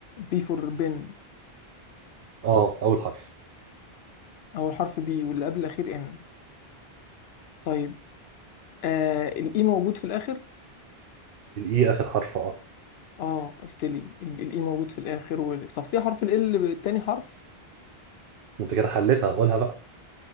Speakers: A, on the left; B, on the right.
A: بي فور بن
B: اه اول حرف
A: أول حرف بي واللي قبل الأخير إن طيب آه الإي موجود في الآخر
B: الاي اخر حرف اه
A: آه قلت لي ال- الإي موجود في الآخر وال... طب في حرف ال التاني حرف
B: انت كده حلتها قولها بقى